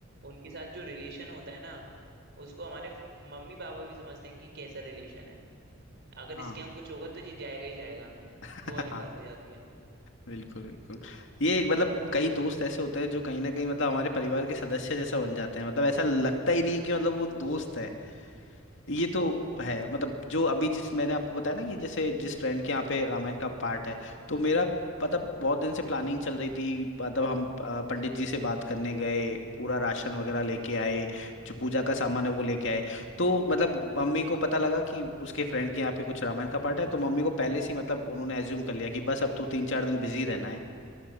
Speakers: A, on the right (about 60°); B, on the left (about 65°).
A: उनके साथ जो रिलेशन होता है ना उसको हमारे मम्मी पापा भी समझते हैं कि कैसा रिलेशन है अगर
B: हाँ
A: इसके यहाँ कुछ होगा तो ये जाएगा ही जाएगा
B: <laughs>
A: वो वाली
B: हाँ
A: बात हो जाती है
B: बिल्कुल बिल्कुल ये एक मतलब कई दोस्त ऐसे होते हैं जो कहीं ना कहीं मतलब हमारे परिवार के सदस्य जैसा बन जाते हैं मतलब ऐसा लगता ही नहीं है कि मतलब वो दोस्त है ये तो है मतलब जो अभी जिस मैंने आपको बताया ना कि जैसे जिस फ्रेंड के यहाँ पे रामायण का पार्ट है तो मेरा मतलब बहुत दिन से प्लानिंग चल रही थी मतलब हम अ, पंडित जी से बात करने गए पूरा राशन वगैरह लेके आए जो पूजा का सामान है वो लेके आए तो मतलब मम्मी को पता लगा कि उसके फ्रेंड के यहाँ पे कुछ रामायण का पार्ट है तो मम्मी को पहले से ही मतलब उन्होंने एज्यूम कर लिया कि बस अब तू तीन चार दिन बिजी रहना है